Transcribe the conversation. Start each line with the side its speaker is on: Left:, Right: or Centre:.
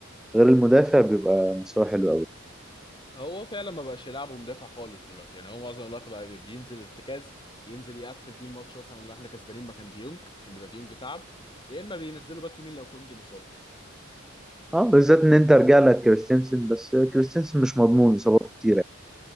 Centre: غير المدافع بيبقى مستواه حلو قوي
Left: هو فعلا ما بقاش يلعبه مدافع خالص دلوقتي يعني هو معظم الوقت بقى بي- بينزل ارتكاز ينزل يقفل بيه الماتش مثلا اللي احنا كسبانين مكان ديونج عشان بيبقى ديونج تعب يا اما بينزله باك يمين لو كوندي مصاب
Centre: اه بالذات ان انت رجع لك كريستنسن بس كريستنسن مش مضمون اصاباته كتيره